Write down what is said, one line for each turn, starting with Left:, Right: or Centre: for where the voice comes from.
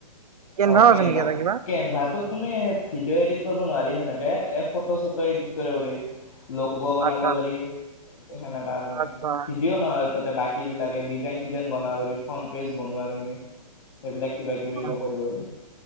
Right: কেনভাও
Left: অঁ, কেনবা,
Right: আছে নেকি এটা কিবা
Left: কেনভাটো তুমি ভিডিঅ' এডিট কৰিব নোৱাৰি সেনেকে ফটো- চটো এডিট কৰিব পাৰি। লগ্‌ লগো বনাব
Right: আচ্ছা
Left: পাৰি। সেনেকা মানে,
Right: আচ্ছা
Left: ভিডিঅ' নহয় আৰু তাতে বাকি বিলাকেহে। ডিজাইন ডিজাইনত বনাব পাৰি, ফ্ৰণ্ট পেজ বনোৱা তুমি। সেইবিলাক কিবা -কিবি
Right: আচ্ছা
Left: হ'লেও কৰিব পাৰে।